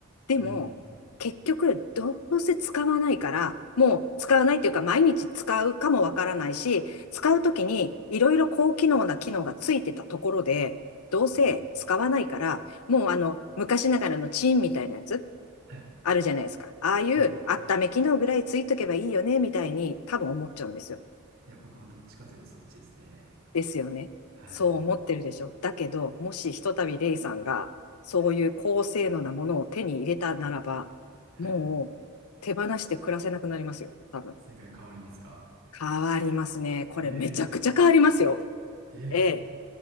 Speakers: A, on the left; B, on the right.
A: でも、
B: うん、
A: 結局、どうせ使わないから、もう使わないというか、毎日使うかもわからないし、使うときにいろいろ高機能な機能がついてたところで、どうせ使わないから、
B: うん、
A: もうあの、昔ながらのチーンみたいなやつ、
B: はい、
A: あるじゃないですか。ああいう温め機能ぐらいついとけばいいよね、
B: はい。
A: みたいに多分思っちゃうんですよ。
B: いや、僕もどっちかといえばそっちですね。
A: ですよね。
B: はい。
A: そう思ってるでしょ。だけど、もしひとたびレイさんが、そういう高性能なものを手に入れたならば、
B: はい。はい。
A: もう手放して暮らせなくなりますよ。多分。
B: 正解変わりますか
A: 変わりますね。
B: え
A: これめちゃくちゃ変わりますよ。
B: えええ
A: ええ。